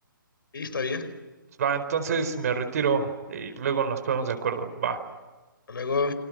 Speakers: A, on the left; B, on the right.
A: Sí, está bien. Hasta
B: Pues va, entonces me retiro y luego nos ponemos de acuerdo. Va.
A: Luego.